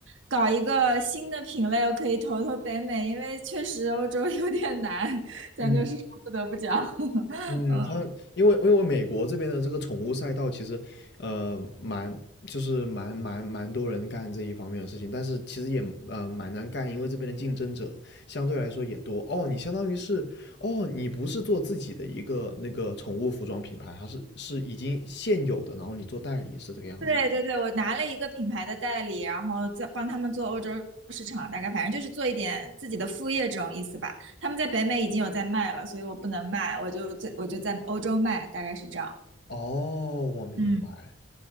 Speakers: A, on the right; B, on the left.
A: 搞一个新的品类，我可以投投北美，因为确实欧洲 <laughs> 有点难，<laughs> 咱就是说不得不讲。
B: 嗯
A: <laughs>
B: 嗯，它因为因为美国这边的这个宠物赛道，其实呃蛮就是蛮蛮蛮多人干这一方面的事情，但是其实也呃蛮难干，因为这边的竞争者相对来说也多。哦，你相当于是哦，你不是做自己的一个那个宠物服装品牌，它是是已经现有的，然后你做代理是这个样子。
A: 对对对，我拿了一个品牌的代理，然后再帮他们做欧洲市场，大概反正就是做一点自己的副业这种意思吧。他们在北美已经有在卖了，所以我不能卖，我就在我就在欧洲卖，大概是这样。
B: 哦，我明白。
A: 嗯。